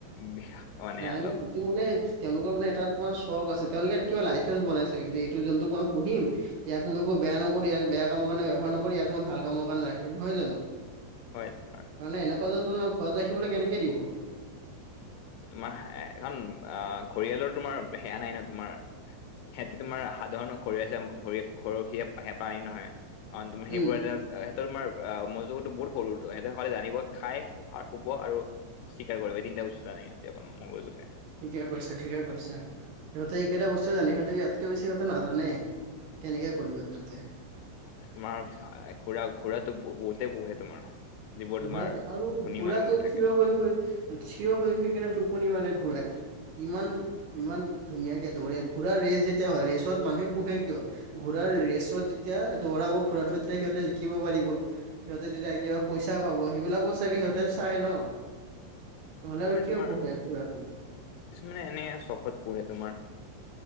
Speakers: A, on the left (about 85°); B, on the right (about 70°).
A: বিষাস মানে
B: নাই
A: অলপ
B: নাই সেইটো মানে তেওঁলোকৰ মানে তাত তোমাৰ চখ আছে তেওঁলোকে এটা কিবা লাইচেন্ঞ্চ বনাই চাগে যে এইটো জোনটো মই পুহিম। ইয়াক মই একো বেয়া নকৰি ইয়াক বেয়া কাম কাৰণে ব্যৱহাৰ নকৰি ইয়াক মই ভাল কামৰ কাৰণে ৰাখিম নহয় জানো।
A: হয় তোমাৰ
B: মানে এনেকুৱা জন্তু তোমাক ঘৰত ৰাখিবলৈ কেনেকে দিব।
A: তোমাৰ এখন আহ ঘৰিয়ালৰ তোমাৰ সেয়া নাই ন তোমাৰ সিহঁতে তোমাৰ সাধাৰণ খৰিয় আছেৰি ঘৰ সি হেঁ পানী নহয় কাৰণ তোমাৰ সেইবোৰ
B: উম
A: এটা আ সিহতৰ তোমাৰ আহ মনোজোগতো বহুত সৰু সিহঁতৰ সকলে জানিব খাই শুব আৰু স্বীকাৰ কৰিব এই তিনটা বস্তু জানে ইহঁতে অকল মগযুৱে।
B: ঠিকে কৈচা ঠিকে কৈচা সিহঁতে এই কেইটা বস্তুৱে জানে সিহঁতে ইয়াতকে বেছি ইহতে নাজানে। কেনেকে কৰিবা তাতে?
A: আহ এ তোমাৰ পিছে ঘোঁৰা ঘোঁৰাটো বহুতেই পোহে তোমাৰ। যিবোৰ তোমাৰ
B: ঘোঁৰাতে আৰু
A: ধনী
B: ঘোঁৰাটো
A: মানুহবোৰ থাকে
B: থিয় হৈ হৈ ই আহ্ থিয় হৈ হৈ কিনে টোপনি মানে ঘোঁৰাই। ইমান ইমান ধুনীয়াকে দৌৰে ঘোঁৰা ৰেচ যেতিয়া হয় ৰেচত মানুহে পোহে কিয়? ঘোঁৰাৰ ৰেচত যেতিয়া দৌৰাব ঘোঁৰাটো তেতিয়া সিহঁতে জিকিব পাৰিব ইহ সিহঁতে তেতিয়া কিবা পইচা পাব সেইবিলাকো চাগে সিহঁতে চাই ন নহলে আৰু
A: হয়
B: কিয়
A: তোমাৰ
B: পোহে ঘোঁৰাটো।
A: কিছুমানে এনে আৰ চখত পোহে তোমাৰ।